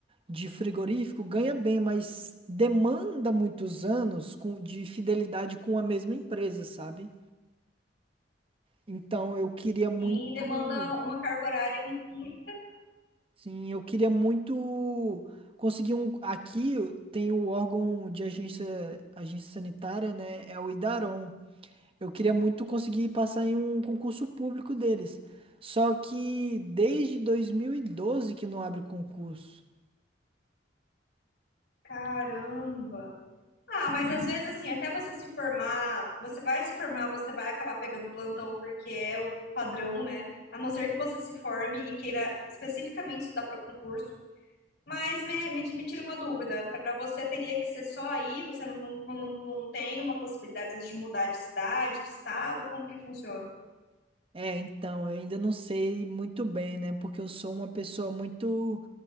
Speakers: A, on the right (about 30°); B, on the left (about 75°).
A: de frigorífico ganha bem, mas demanda muitos anos com- de fidelidade com a mesma empresa, sabe? Então eu queria muito,
B: E demanda uma carga horária muito.
A: sim, eu queria muito conseguir um. Aqui tem o órgão de agência, agência sanitária, né? É o Idaron. Eu queria muito conseguir passar em um concurso público deles. Só que desde 2012 que não abre concurso.
B: Caramba. Ah, mas às vezes, assim, até você se formar, você vai se formar, você vai acabar pegando plantão, porque é o padrão, né? A não ser que você se forme e queira especificamente estudar para concurso. Mas me, me, me tira uma dúvida: para você teria que ser só aí? Você não, não, não, não tem uma possibilidade às vezes, de mudar de cidade, de estado? Como que funciona?
A: É, então, eu ainda não sei muito bem, né? Porque eu sou uma pessoa muito,